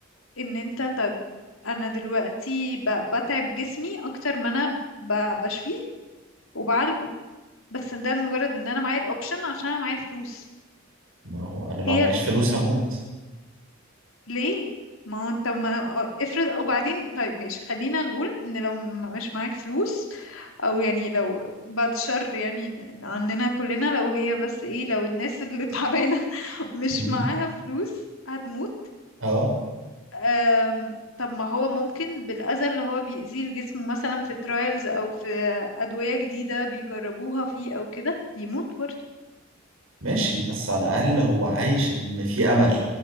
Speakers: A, on the left (about 80°); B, on the right (about 80°).
A: ان انت طب انا دلوقتي ب- بتعب جسمي اكتر ما انا ب- بشفيه وبعالجه بس ده لمجرد ان انا معايا الاوبشن عشان انا معايا فلوس
B: ما هو أنا لو
A: هي
B: معيش فلوس هموت
A: ليه ما هو انت ما آه، افرض وبعدين طيب ماشي خلينا نقول ان لو م- مش معاك فلوس او يعني لو بعد شر يعني ل- عننا كلنا لو هي بس ايه لو الناس اللي <laughs> تعبانة مش
B: مم.
A: معاها فلوس هتموت
B: اه
A: أم، طب ما هو ممكن بالأذى اللي هو بيأذيه الجسم مثلا في ترايلز او في أدوية جديدة بيجربوها فيه او كده يموت برضه
B: ماشي بس على الأقل هو عايش إن في أمل